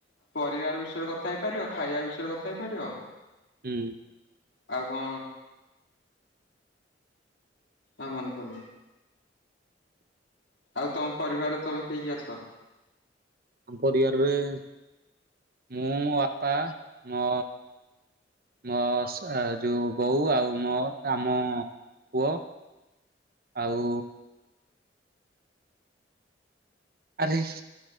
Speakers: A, on the left; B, on the right.
A: ପରିବାର ବିଷୟରେ କଥା ହେଇପାରିବ, ଖାଇବା ବିଷୟରେ କଥା ହେଇପାରିବ।
B: ହୁଁ
A: ଆଉ କଣ? ଆଉ ମନେପଡୁନି ଆଉ ତମ ପରିବାରରେ ତମେ କିଏ କିଏ ଅଛ?
B: ଆମ ପରିବାରରେ ମୁଁ, ମୋ ବାପା, ମୋ ମୋ ଯୋଉ ବୋଉ ଆଉ ମୋ ଆମ ପୁଅ ଆଉ ଆରେ